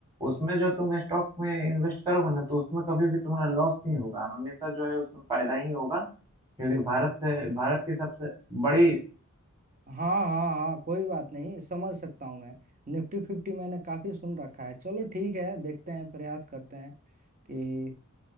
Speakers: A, on the right (about 20°); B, on the right (about 35°).
A: उसमें जो तुम स्टॉक में इन्वेस्ट करोगे ना तो उसमें कभी भी तुम्हारा लॉस नहीं होगा हमेशा जो है उसमें फायदा ही होगा क्योंकि भारत से भारत की सबसे बड़ी
B: हाँ हाँ हाँ कोई बात नहीं समझ सकता हूँ मैं निफ्टी फिफ्टी मैंने काफी सुन रखा है चलो ठीक है देखते हैं प्रयास करते हैं कि